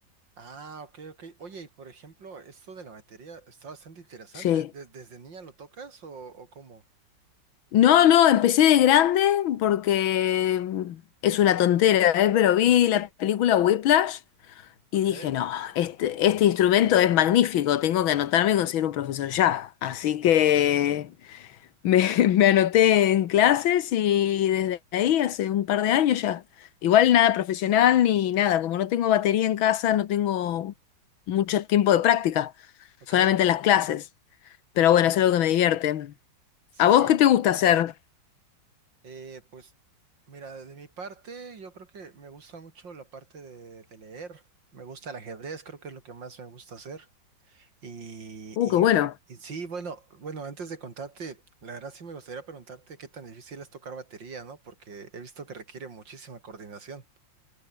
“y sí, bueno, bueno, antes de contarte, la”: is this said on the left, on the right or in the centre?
Right